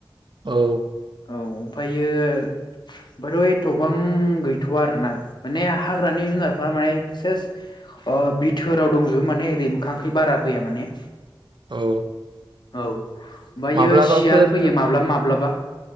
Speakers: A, on the right; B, on the left.
A: औ
B: औ ओमफायो आमफायथ एथबां गैथ'आ आरोना। माने हाग्रानि जुनारफ्रा माने सेस ओ बिथोराव दंजोबो माने ओरै मोखांखै बारा फैया माने
A: औ
B: औ ओमफायो
A: माब्लाबाफोर
B: सियाल फैयो माब्लाबा माब्लाबा।